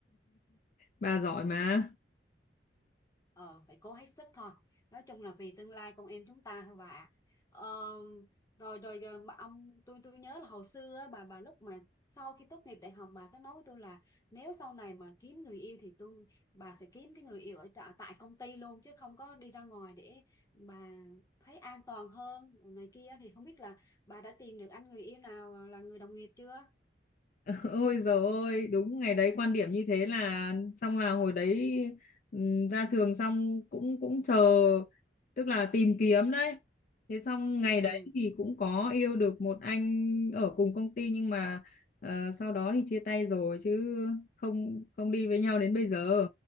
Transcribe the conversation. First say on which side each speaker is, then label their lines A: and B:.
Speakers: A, on the left; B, on the left.
A: bà giỏi mà
B: ờ phải cố hết sức thôi nói chung là vì tương lai con em chúng ta thôi bà ạ Ờ, rồi rồi ờ, bà ông tôi tôi nhớ là hồi xưa á, bà bà lúc mà sau khi tốt nghiệp đại học bà có nói với tôi là nếu sau này mà kiếm người yêu thì tôi bà sẽ kiếm cái người yêu ở tại tại công ty luôn chứ không có đi ra ngoài để bà thấy an toàn hơn này kia thì không biết là bà đã tìm được anh người yêu nào ờ, là người đồng nghiệp chưa
A: <laughs> Ôi giời ơi, đúng ngày đấy quan điểm như thế là xong là hồi đấy ừm, ra trường xong cũng cũng chờ tức là tìm kiếm đấy. Thế xong ngày
B: ừ
A: đấy thì cũng có yêu được một anh ở cùng công ty nhưng mà ờ, sau đó thì chia tay rồi chứ không không đi với nhau đến bây giờ.